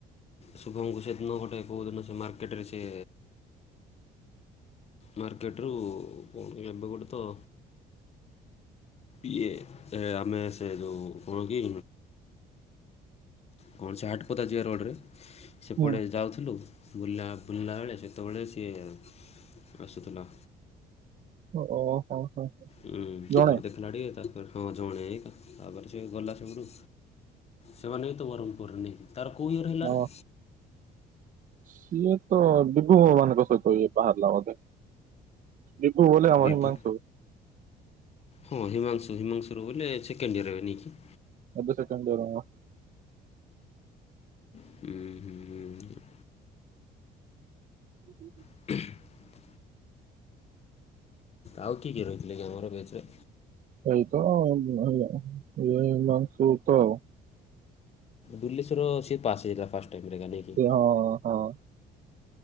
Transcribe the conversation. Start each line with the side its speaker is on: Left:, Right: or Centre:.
Left: ଶୁଭମ୍ କୁ ସେଦିନ ଗୋଟେ କୋଉ ଦିନ ସେ ମାର୍କେଟେ ରେ ସେ ମାର୍କେଟରୁ ପୁଣି ଏବେ ଗୋଟେ ତ ଇଏ ଏ ଆମେ ସେ ଯୋଉ କଣ କି? କଣ ସେ ହାଟପତା ଯିଆ ରୋଡ଼ରେ ସେପଟେ
Right: ହୁଁ
Left: ଯାଉଥିଲୁ। ବୁଲା ବୁଲା ବେଳେ ସେତେବେଳେ ସିଏ ଆସୁଥିଲା।
Right: ଓ ହୋ ହୋ।
Left: ହୁଁ ତାପରେ
Right: ଜଣେ
Left: ଦେଖିଲା ଟିକେ ତାପରେ ହଁ ଜଣିଆ ତାପରେ ସିଏ ଗଲା ସେପଟୁ। ସେମାନେ ବି ତ ବରହ୍ମମପୁର ର ନି ତାର କୋଉ ଇଅର ହେଲାରେ।
Right: ହ ସିଏ ତ ବିଭୁ ମାନଙ୍କ ସହିତ ଇଏ ବାହାରିଲା ବୋଧେ। ବିଭୁ ବୋଲେ ଆମ
Left: ବିଭୁ
Right: ହିମାଂସୁ।
Left: ହଁ ହିମାଂଶୁ ହିମାଂଶୁ ର ବୋଲେ ସେକଣ୍ଡ ଇଅର ଏବେ ନେଇକି।
Right: ଏବେ ସେକେଣ୍ଡ ଇଅର।
Left: ହୁଁ ହୁଁଁ ହୁଁ।
Right: ହୁଁ।
Left: <inaudible> ଆଉ କିଏ କିଏ ରହିଥିଲେ କି ଆମର ବେଚେରେ।
Right: ଏଇତ ଏଇ ମାଂସ ଆଉ ତ।
Left: ଦିଲ୍ଲୀ ଶୁର ସେ ପାସ ହେଇଯାଥିଲା ଫାଷ୍ଟ ହେଇକିରେ ନେଇକି।
Right: ସେ ହଁ ହଁ